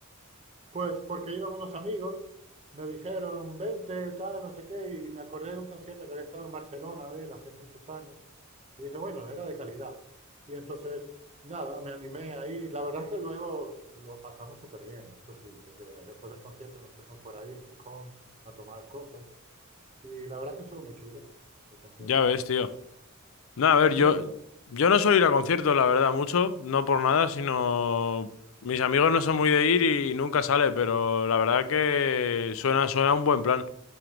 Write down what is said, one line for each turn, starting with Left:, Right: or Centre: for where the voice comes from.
Right: Pues porque iban unos amigos, me dijeron, vente, tal, no sé qué, y me acordé de un concierto que había estado en Barcelona de él hace muchos años. Y dije, bueno, era de calidad. Y entonces, nada, me animé ahí. La verdad es que luego lo pasamos súper bien, eso sí, porque después del concierto nos fuimos por ahí en Gijón a tomar cosas. Y la verdad es que estuvo muy chulo el concierto.
Left: Ya ves, tío. No,
Right: ¿Y
Left: a
Right: tú
Left: ver,
Right: has
Left: yo,
Right: ido a algún?
Left: yo no suelo ir a conciertos, la verdad, mucho, no por nada, sino mis amigos no son muy de ir y nunca sale, pero la verdad que suena, suena un buen plan.